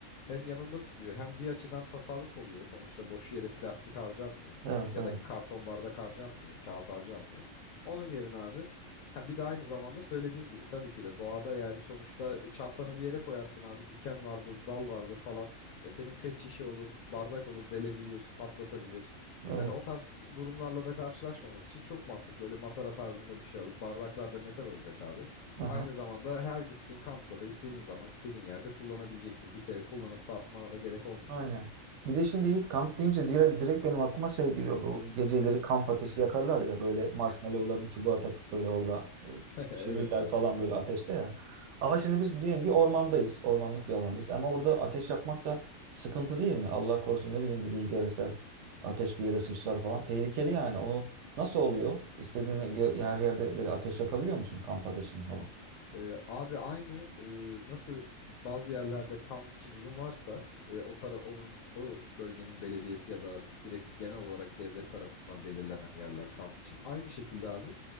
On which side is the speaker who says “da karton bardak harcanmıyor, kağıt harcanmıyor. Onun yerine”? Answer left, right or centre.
Left